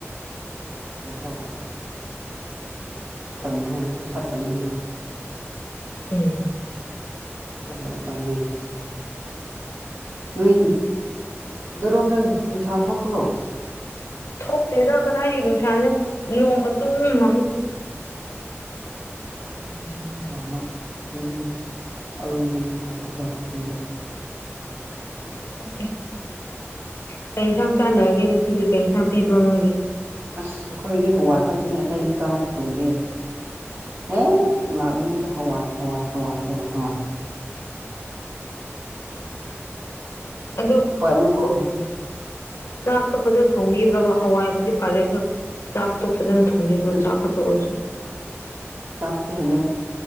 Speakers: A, on the right; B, on the left.
A: ꯀꯣ ꯇꯝ ꯍꯥꯏꯕꯁꯦ ꯐꯠꯇꯕꯅꯤꯅ
B: ꯎꯝ
A: ꯀꯔꯤ ꯎꯄꯥꯏꯅꯦ ꯅꯣꯏ ꯑꯗꯨꯔꯣꯝꯗ ꯅꯨꯡꯁꯥ ꯊꯣꯛꯄ꯭ꯔꯣ
B: ꯊꯣꯛꯇꯦꯗ ꯀꯗꯥꯏꯗꯒꯤ ꯅꯨꯡꯁꯥꯅꯣ ꯅꯣꯡ ꯑꯗꯨꯝ ꯃꯪꯉꯤ
A: ꯑꯩ ꯈꯨꯗꯤꯁꯨ ꯁꯤꯖꯤꯟꯅ ꯄꯝꯕ ꯑꯗꯨ ꯅꯣꯏ ꯑꯔꯣꯝꯗꯅꯤ ꯊꯥꯗꯣꯛꯄ꯭ꯔꯥ ꯈꯟꯕ
B: ꯊꯣꯛꯇꯦ ꯀꯔꯤ ꯏꯟꯁꯥꯡ ꯆꯥꯟꯅꯔꯒꯦ ꯉꯁꯤꯗꯤ ꯀꯔꯤ ꯏꯟꯁꯥꯡ ꯄꯤꯕ꯭ꯔꯣ ꯅꯣꯏꯒꯤ
A: ꯑꯁ ꯑꯩꯈꯣꯏꯗꯤ ꯍꯋꯥꯏ ꯈꯛꯇꯅꯦ ꯑꯇꯩ ꯆꯥꯕ ꯐꯪꯗꯦ ꯍꯦꯛ ꯂꯥꯔꯤꯉꯩꯗ ꯍꯋꯥꯏ ꯍꯋꯥꯏ ꯍꯋꯥꯏ ꯍꯋꯥꯏ ꯍꯋꯥꯏ
B: ꯑꯗꯣ
A: ꯎꯄꯥꯏ ꯑꯃꯐꯥꯎ ꯂꯩꯇꯦ
B: ꯆꯥꯛꯇꯣ ꯐꯖꯅ ꯊꯣꯡꯕꯤꯕ꯭ꯔꯕ ꯍꯋꯥꯏꯕꯨꯗꯤ ꯐꯔꯦ ꯑꯗꯣ ꯆꯥꯛꯇꯣ ꯐꯖꯅ ꯊꯣꯡꯕꯤꯕ꯭ꯔꯥ
A: ꯎꯝ
B: ꯆꯥꯛ ꯈꯛꯇ ꯑꯣꯏꯔꯁꯨ
A: ꯆꯥꯛꯇ ꯍꯟꯗ꯭ꯔ